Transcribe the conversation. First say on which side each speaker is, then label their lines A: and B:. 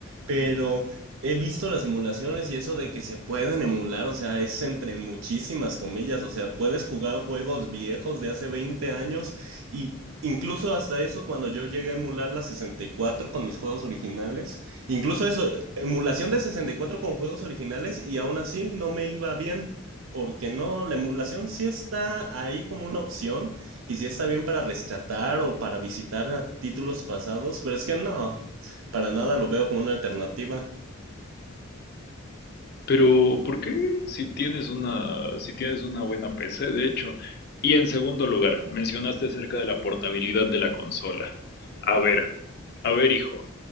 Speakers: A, on the right (about 70°); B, on the left (about 50°).
A: pero he visto las emulaciones y eso de que se pueden emular, o sea, es entre muchísimas comillas, o sea, puedes jugar juegos viejos de hace veinte años y incluso hasta eso cuando yo llegué a emular la 64 con mis juegos originales, incluso eso, emulación de 64 con juegos originales y aún así no me iba bien, porque no, la emulación sí está ahí como una opción y sí está bien para rescatar o para visitar a títulos pasados, pero es que no, para nada lo veo como una alternativa.
B: Pero, ¿por qué? Si tienes una, si tienes una buena PC, de hecho. Y en segundo lugar, mencionaste acerca de la portabilidad de la consola. A ver, a ver, hijo,